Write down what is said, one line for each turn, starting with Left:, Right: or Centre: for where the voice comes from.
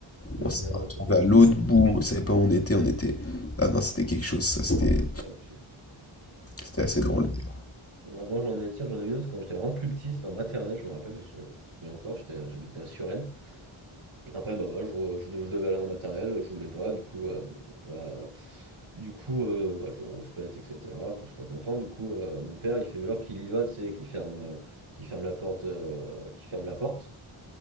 Right: Ouais,
Left: On s'est
Right: bien loin
Left: retrouvé
Right: quoi.
Left: à l'autre bout, on savait pas où on était, on était. Ah non, c'était quelque chose, ça, c'était
Right: Ouais, je-
Left: c'était assez drôle
Right: ah oui,
Left: d'ailleurs.
Right: Non, moi j'en ai, tiens, j'en ai une autre quand j'étais vraiment plus petit, c'était en maternelle, je me rappelle, je, je m'en souviens encore, j'étais, j'habitais à Suresnes. En fait, bah, voilà, je, je- je devais aller en maternelle, je voulais pas, du coup, euh, euh, du coup, euh, bah, je rouspète, etc. Enfin, je suis pas content, du coup, euh, mon père, il fait genre qu'il y va, tu sais, qu'il ferme, euh, qu'il ferme la porte, euh, qu'il ferme la porte